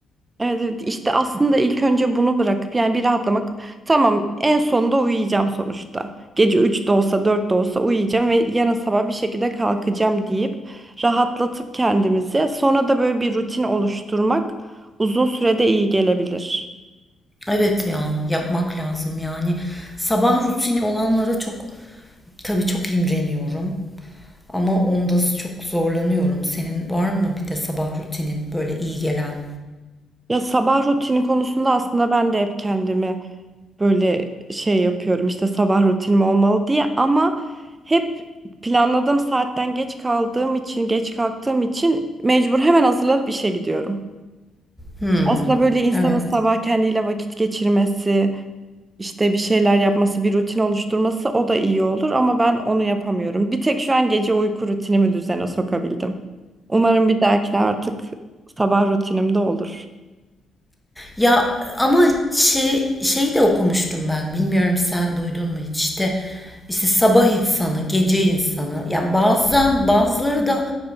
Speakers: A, on the right; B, in the centre.
A: Evet, evet işte aslında ilk önce bunu bırakıp yani bir rahatlamak. Tamam en sonunda uyuyacağım sonuçta. Gece 3 de olsa 4 de olsa uyuyacağım ve yarın sabah bir şekilde kalkacağım deyip rahatlatıp kendimizi sonra da böyle bir rutin oluşturmak uzun sürede iyi gelebilir.
B: Evet ya yapmak lazım yani. Sabah rutini olanlara çok tabii çok imreniyorum. Ama onda çok zorlanıyorum. Senin var mı bir de sabah rutinin böyle iyi gelen?
A: Ya sabah rutini konusunda aslında ben de hep kendimi böyle şey yapıyorum işte sabah rutinim olmalı diye ama hep planladığım saatten geç kaldığım için geç kalktığım için mecbur hemen hazırlanıp işe gidiyorum.
B: Hmm.
A: Aslında böyle insanın
B: Evet.
A: sabah kendiyle vakit geçirmesi, işte bir şeyler yapması, bir rutin oluşturması o da iyi olur ama ben onu yapamıyorum. Bir tek şu an gece uyku rutinimi düzene sokabildim. Umarım bir dahakine artık sabah rutinimde olur.
B: Ya ama şey şey de okumuştum ben. Bilmiyorum sen duydun mu hiç işte işte sabah insanı, gece insanı. Yani bazen bazıları da